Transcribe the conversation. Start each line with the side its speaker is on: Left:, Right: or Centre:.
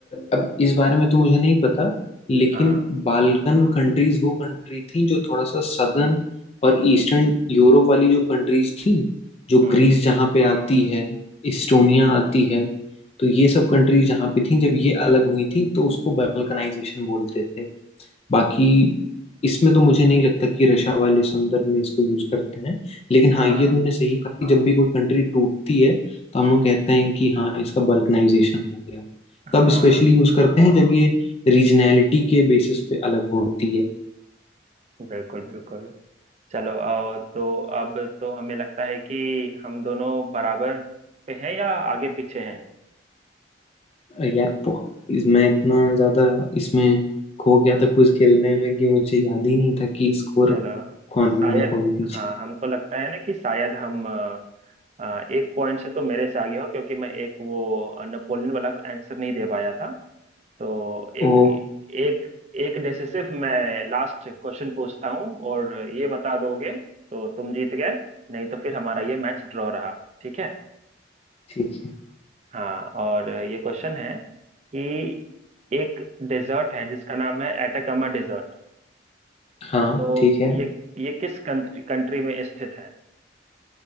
Left: अब इस बारे में तो मुझे नहीं पता लेकिन
Right: हाँ
Left: बाल्कन कंट्रीज वो कंट्री थी जो थोड़ा सा सदर्न और ईस्टर्न यूरोप वाली जो कंट्रीज थी जो
Right: हम्म
Left: ग्रीस जहाँ पे आती है इस्टोनिया आती है तो ये सब कंट्रीज जहाँ पे थी जब ये अलग हुई थी तो उसको बाल्कनाइजेशन बोलते थे बाकी इसमें तो मुझे नहीं लगता कि रशा वाले संदर्भ में इसको यूज करते हैं लेकिन हाँ
Right: हाँ
Left: ये तुमने सही कहा कि जब भी कोई कंट्री टूटती है तो हम लोग कहते हैं कि हाँ इसका बल्कनाइजेशन हो गया
Right: हाँ
Left: तब स्पेशली यूज करते हैं जब ये रीजनैलिटी के बेसिस पे अलग होती है
Right: बिल्कुल बिल्कुल चलो आओ तो अब तो हमें लगता है कि हम दोनों बराबर पे हैं या आगे पीछे हैं
Left: अ, यार पो- इस- मैं इतना ज्यादा इसमें खो गया था क्विज खेलने में कि मुझे याद ही नहीं था कि स्कोर
Right: चलो
Left: कौन
Right: शायद
Left: आगे है कौन पीछे
Right: हाँ हमको लगता है ना कि शायद हम अ, अ, एक पॉइंट से तो मेरे से आगे हो क्योंकि मैं एक वो अ, नेपोलियन वाला आंसर नहीं दे पाया था तो एक
Left: ओ
Right: एक एक जैसे सिर्फ मैं लास्ट क्वेश्चन पूछता हूँ और ये बता दोगे तो तुम जीत गए नहीं तो फिर हमारा ये मैच ड्रॉ रहा ठीक है
Left: ठीक है
Right: हाँ और ये क्वेश्चन है कि एक डेजर्ट है जिसका नाम है एटाकामा डेजर्ट
Left: हाँ
Right: तो
Left: ठीक है
Right: ये ये किस कंट्री कंट्री में स्थित है